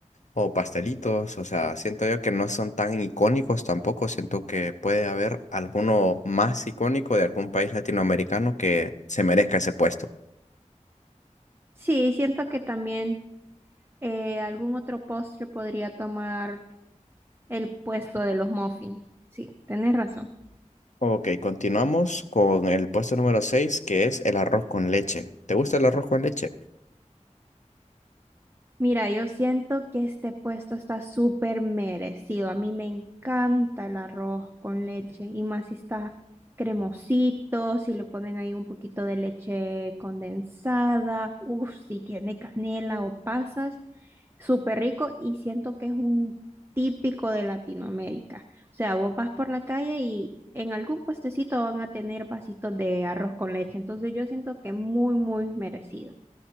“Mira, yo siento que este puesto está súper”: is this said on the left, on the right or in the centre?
Right